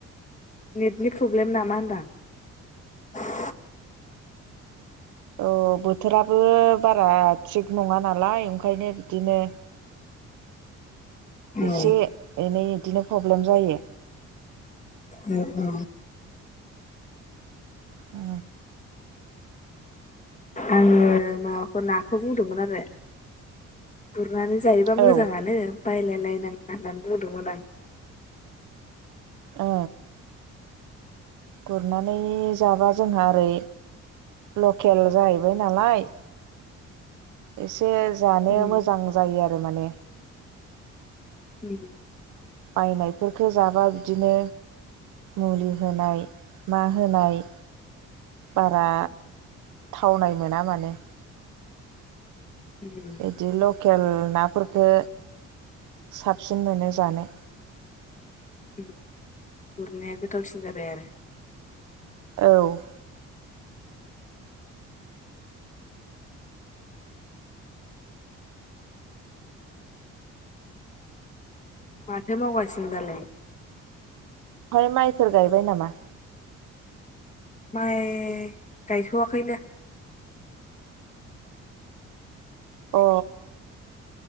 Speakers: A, on the left; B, on the right.
A: नेटनि प्रब्लेम नामा होनदां?
B: औ बोथोराबो बारा थिग नङा नालाय ओंखायनो बिदिनो।
A: औ
B: एसे एनै इदिनो प्रब्लेम जायो।
A: अ औ
B: औ।
A: आङो माबाखौ नाखौ बुंदोंमोन आरो। गुरनानै जायोबा मोजाङानो
B: औ
A: बायलायलायनाङा होननानै बुंदोंमोन आं।
B: अ गुरनानै जाबा जोंहा ओरै लकेल जाहैबाय नालाय एसे जानो
A: उम
B: मोजां जायो आरो माने।
A: उम।
B: बायनायफोरफोरखौ जाबा बिदिनो मुलि होनाय मा होनाय बारा थावनाय मोना माने
A: उम
B: बिदि लकेल नाफोरखो साबसिन मोनो जानो
A: उम गुरनाया गोथावसिन जाबाय आरो
B: औ
A: माथो मावगासिनो दालाय।
B: बेवहाय माइफोर गायबाय नामा?
A: माइ गायथवाखैनो?
B: अ।